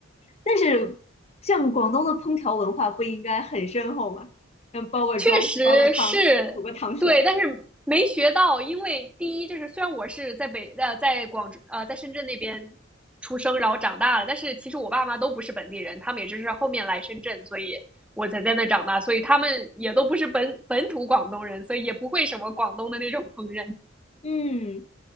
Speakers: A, on the left; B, in the centre.
A: 但是像广东的烹调文化不应该很深厚吗？像煲个粥，
B: 确实是对，
A: 煲个汤，煮个糖水。
B: 但是没学到，因为第一就是虽然我是在北呃在广州呃在深圳那边出生，然后长大了，但是其实我爸妈都不是本地人，他们也只是后面来深圳，所以我才在那长大，所以他们也都不是本本土广东人，所以也不会什么广东的那种烹饪。
A: 嗯，